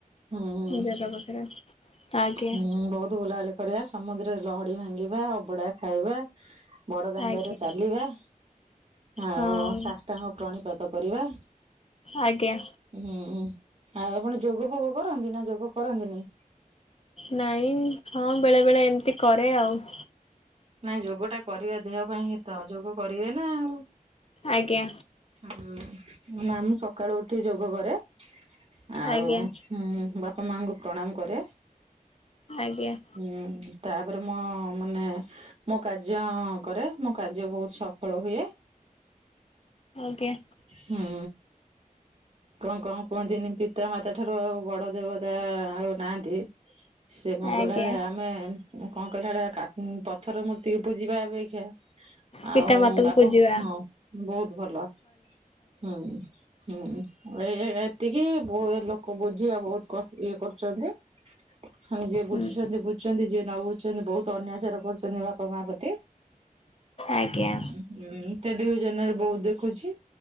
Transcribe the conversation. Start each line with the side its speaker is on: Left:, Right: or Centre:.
Right: ହୁଁ ହଁ
Left: ଜଗା ପାଖରେ ଆଜ୍ଞା
Right: ହୁଁ ବହୁତ ଭଲ ହେଲେ କରିବା ସମୁଦ୍ରରେ ଲହଡି ଭାଙ୍ଗିବା ଅବଡା ଖାଇବା ବଡ ଦାଣ୍ଡରେ
Left: ଆଜ୍ଞା
Right: ଚାଲିବା ଆଉ
Left: ହଁ
Right: ସାଷ୍ଟାଙ୍ଗ ପ୍ରଣିପାତ କରିବା
Left: ଆଜ୍ଞା!
Right: ହୁଁ ହୁଁ ଆଉ ଆପଣ ଯୋଗ ଫୋଗ କରନ୍ତି ନା ଯୋଗ କରନ୍ତିନି।
Left: ନାଇଁ ହଁ ବେଳେ ବେଳେ ଏମିତି କରେ ଆଉ <inaudible>
Right: ନାଇଁ ଯୋଗ ଟା କରିବା ଦେହ ପାଇଁ ହିତ ଯୋଗ କରିବେ ନା ଆଉ
Left: ଆଜ୍ଞା
Right: ହଁ ନା ମୁଁ ସକାଳୁ ଉଠି ଯୋଗ କରେ, ଆଉ
Left: ଆଜ୍ଞା
Right: ବାପା ମା ଙ୍କୁ ପ୍ରଣାମ କରେ
Left: ଆଜ୍ଞା!
Right: ହୁଁ ତାପରେ ମୁଁ ମାନେ ମୋ କାର୍ଯ୍ୟ କରେ ମୋ କାର୍ଯ୍ୟ ବହୁତ ସଫଳ ହୁଏ
Left: ଆଜ୍ଞା
Right: ହୁଁ କଣ କଣ କହନ୍ତିିନି ପିତା ମାତା ଠାରୁ ଆଉ ବଡ ଦେବତା ଆଉ ନାହାନ୍ତି ସେ କଣ
Left: ଆଜ୍ଞା
Right: ଗଲା ଭଳିଆ ଆମେ କଣ କରିବା ଭଳିଆ ପଥର ମୂର୍ତ୍ତିକୁ ପୂଜିବା ଅପେକ୍ଷା
Left: ପିତା
Right: ଆଉ
Left: ମାତାଙ୍କୁ
Right: ବାପ
Left: ପୂଜିବା
Right: ହଁ ବହୁତ ଭଲ ହୁଁ ହୁଁ ଏଇ ଏତିକି ଲୋକ ବୁଝିବା ବହୁତ କ ଇଏ କରୁଛନ୍ତି ହଁ ଯିଏ ବୁଝୁଛନ୍ତି
Left: ହୁଁ
Right: ବୁଝୁଛନ୍ତି ଯିଏ ନ ବୁଝୁଛନ୍ତି ବହୁତ ଅନ୍ୟାଚାର କରୁ ନ୍ତି ବାପା ମା ପ୍ରତି
Left: ଆଜ୍ଞା।
Right: ମୁଁ ଟେଲିଭିଜନ ରେ ବହୁତ ଦେଖୁଛି